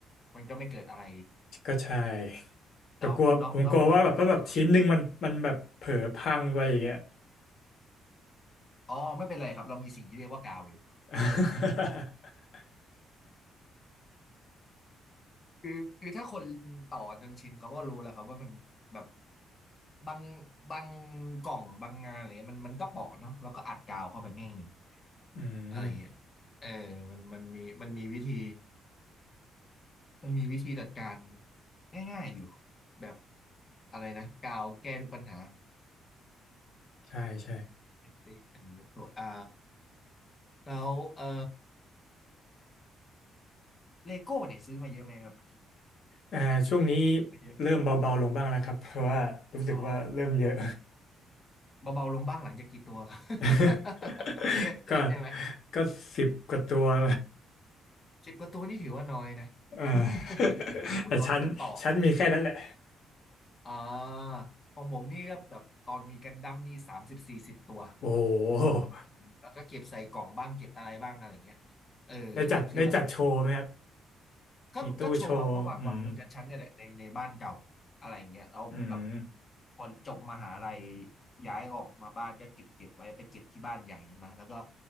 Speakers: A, on the left (about 35°); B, on the left (about 65°).
A: มันก็ไม่เกิดอะไร
B: ก็ใช่แต่กลัวผมกลัวว่าแบบถ้าแบบชิ้นหนึ่งมันมันแบบเผลอพังไปอย่างเงี้ย
A: นอกนอกนอกนอกเหนือจากงาน อ๋อไม่เป็นไรครับเรามีสิ่งที่เรียกว่ากาวอยู่
B: <laughs>
A: คือคือถ้าคนต่อจนชินเขาก็รู้แล้วครับว่ามันแบบบางบางกล่องบางงานอะไรเงี้ยมันมันก็เปาะเนาะแล้วก็อัดกาวเข้าไปแม่งเลย
B: อืม
A: อะไรเงี้ยเออมันมันมีมันมีวิธีมันมีวิธีจัดการง่ายๆอยู่แบบอะไรนะกาวแก้ทุกปัญหา
B: ใช่ใช่
A: เอ้ยอันนี้โทษอ่าแล้วเออเลโก้เนี่ยซื้อมาเยอะไหมครับ
B: อ่าช่วงนี้
A: ซื้อมาเยอะ
B: เริ่มเบาๆลงบ้างแล้วครับเพราะว่ารู้สึกว่าเริ่มเยอะ
A: อ๋อ เบาๆลงบ้างหลังจากกี่ตัวครับ
B: <laughs>
A: <laughs> มาเรียกเพื่อนใช่ไหม
B: ก็ก็สิบกว่าตัว <laughs>
A: สิบกว่าตัวนี่ถือว่าน้อยนะ
B: เออ
A: <laughs>
B: <laughs>
A: โอ้ยตอนผมต่อ
B: แต่ชั้นชั้นมีแค่นั้นแหละ
A: อ่าของผมนี่ก็แบบตอนมีกันดั้มนี่สามสิบสี่สิบตัว
B: โอ้โห
A: แล้วก็เก็บใส่กล่องบ้างเก็บอะไรบ้างอะไรเงี้ยเออแล้วคือแบบ
B: ได้จัดได้จัดโชว์ไหมครับ
A: ก็ก็โชว์ครับก็วางวางบนชั้นๆเนี่ยแหละในในบ้านเก่าอะไรเงี้ยแล้วแบบ
B: มีตู้โชว์อืมอืม
A: พอจบมหาลัยย้ายออกมาบ้านก็เก็บเก็บไว้ไปเก็บที่บ้านใหญ่ใช่ไหมแล้วก็